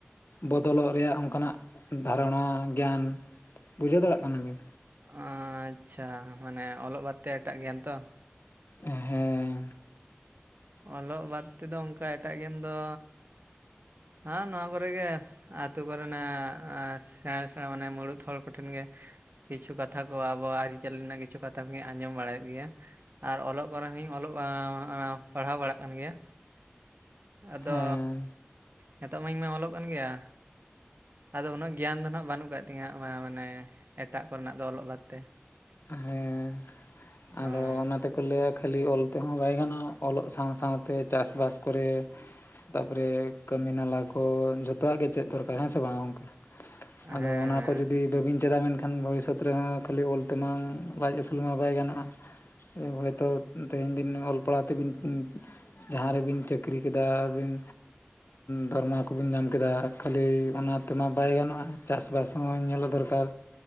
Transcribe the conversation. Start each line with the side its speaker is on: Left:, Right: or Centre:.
Left: ᱵᱚᱫᱚᱞᱚᱜ ᱨᱮᱭᱟᱜ ᱚᱱᱠᱟᱱᱟᱜ ᱫᱷᱟᱨᱚᱱᱟ ᱜᱮᱭᱟᱱ ᱵᱩᱡᱷᱟᱹᱣ ᱫᱟᱲᱮᱭᱟᱜ ᱠᱟᱱᱟ ᱵᱤᱱ
Right: ᱟᱪᱪᱷᱟ ᱢᱟᱱᱮ ᱚᱞᱚᱜ ᱵᱟᱫᱛᱮ ᱮᱴᱟᱜ ᱜᱮᱭᱟᱢ ᱛᱚ
Left: ᱚ ᱦᱚᱸ <unintelligible> ᱦᱮᱸ
Right: ᱚᱞᱚᱜ ᱵᱟᱫ ᱛᱮᱫᱚ ᱚᱱᱠᱟ ᱮᱴᱟᱜ ᱜᱮᱭᱟᱱ ᱫᱚ ᱦᱮᱸ ᱱᱚᱣᱟ ᱠᱚᱨᱮᱜ ᱜᱮ ᱟᱛᱳ ᱠᱚᱨᱮᱱᱟᱜ ᱥᱮᱬᱟ ᱥᱮᱬᱟ ᱢᱟᱱᱮ ᱢᱩᱬᱩᱫ ᱦᱚᱲ ᱠᱚᱴᱷᱮᱱ ᱜᱮ ᱠᱤᱪᱷᱩ ᱠᱟᱛᱷᱟ ᱠᱚ ᱟᱵᱚᱣᱟᱜ ᱟᱹᱨᱤᱪᱟᱹᱞᱤ ᱨᱮᱱᱟᱜ ᱠᱤᱪᱷᱩ ᱠᱟᱛᱷᱟ ᱠᱚᱧ ᱟᱸᱡᱚᱢ ᱵᱟᱲᱟᱭᱮᱫ ᱜᱮᱭᱟ ᱟᱨ ᱚᱞᱚᱜ ᱠᱚᱨᱮ ᱦᱚᱧ ᱚᱞᱚᱜ ᱯᱟᱲᱦᱟᱣ ᱵᱟᱲᱟᱜ ᱠᱟᱱ ᱜᱮᱭᱟ ᱟᱫᱚ
Left: ᱦᱮᱸ
Right: ᱱᱤᱛᱚᱜ ᱢᱟ ᱤᱧ ᱢᱟ ᱚᱞᱚᱜ ᱠᱟᱱ ᱜᱮᱭᱟ ᱟᱫᱚ ᱩᱱᱟᱹᱜ ᱜᱮᱭᱟᱱ ᱫᱚ ᱦᱟᱜ ᱵᱟᱹᱱᱩᱜ ᱟᱠᱟᱫ ᱛᱤᱧᱟᱹ ᱢᱟᱱᱮ ᱮᱴᱟᱜ ᱠᱚᱨᱮᱱᱟᱜ ᱫᱚ ᱚᱞᱚᱜ ᱵᱟᱫ ᱛᱮ
Left: ᱦᱮᱸ
Right: ᱦᱳᱭ
Left: ᱟᱫᱚ ᱚᱱᱟᱛᱮ ᱠᱚ ᱞᱟᱹᱭᱟ ᱠᱷᱟᱹᱞᱤ ᱚᱞ ᱛᱮᱦᱚᱸ ᱵᱟᱭ ᱜᱟᱱᱚᱜᱼᱟ ᱚᱞᱚᱜ ᱥᱟᱶ ᱥᱟᱶᱛᱮ ᱪᱟᱥᱵᱟᱥ ᱠᱚᱨᱮ ᱛᱟᱯᱚᱨᱮ ᱠᱟᱹᱢᱤ ᱱᱟᱞᱟ ᱠᱚ ᱡᱚᱛᱚᱣᱟᱜ ᱜᱮ ᱪᱮᱫ ᱫᱚᱨᱠᱟᱨ ᱦᱮᱸ ᱥᱮ ᱵᱟᱝ ᱜᱚᱝᱠᱮ ᱟᱫᱚ
Right: ᱦᱮᱸ
Left: ᱚᱱᱟ
Right: ᱦᱮᱸ
Left: ᱟᱠᱚ ᱡᱩᱫᱤ ᱵᱟᱹᱵᱤᱤᱱ ᱪᱮᱫᱟ ᱢᱮᱱᱠᱷᱟᱱ ᱵᱷᱚᱵᱤᱥᱥᱚᱛ ᱨᱮᱦᱚᱸ ᱠᱷᱟᱹᱞᱤ ᱚᱞ ᱛᱮᱢᱟ ᱞᱟᱡ ᱟᱹᱥᱩᱞ ᱢᱟ ᱵᱟᱭ ᱜᱟᱱᱚᱜᱼᱟ ᱦᱚᱭᱛᱳ ᱛᱮᱦᱮᱧ ᱚᱞ ᱯᱟᱲᱦᱟᱣ ᱛᱮᱵᱤᱱ ᱡᱟᱦᱟᱸ ᱨᱮᱵᱤᱱ ᱪᱟᱹᱠᱨᱤ ᱠᱮᱫᱟ ᱟᱹᱵᱤᱱ ᱫᱚᱨᱢᱟ ᱠᱚᱵᱮᱱ ᱧᱟᱢ ᱠᱮᱫᱟ ᱠᱷᱟᱹᱞᱤ ᱚᱱᱟ ᱛᱮᱢᱟ ᱵᱟᱭ ᱜᱟᱱᱚᱜᱼᱟ ᱪᱟᱥ ᱵᱟᱥ ᱦᱚᱸ ᱧᱮᱞᱚᱜ ᱫᱚᱨᱠᱟᱨ